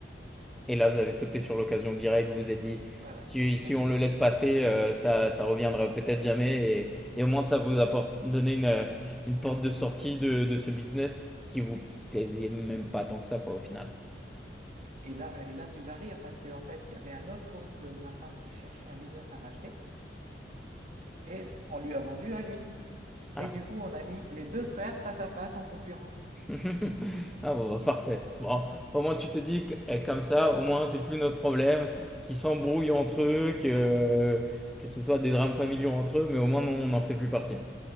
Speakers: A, in the centre; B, on the right.
A: Et là, vous avez sauté sur l'occasion directe, vous vous êtes dit:
B: Ouais, ouais, ouais.
A: «Si si
B: Parce
A: on
B: que,
A: le laisse passer, heu, ça ça reviendra peut-être jamais» et et au moins ça vous apporte donné une, heu, une porte de sortie de de ce business qui vous plaisait même pas tant que ça quoi, au final.
B: et là, et là, tu vas rire parce qu'en fait, il y avait un autre oncle de ma femme qui cherchait un business à racheter et on lui a vendu à lui.
A: Ah!
B: Et du coup, on a mis les deux frères face à face en concurrence.
A: <laughs> Ah bon, bah, parfait. Bon, au moins tu te dis que eh, comme ça, au moins c'est plus notre problème, qu'ils s'embrouillent entre eux, que,
B: Voilà.
A: que ce soit des drames familiaux entre eux, mais au moins non, on n'en fait plus partie.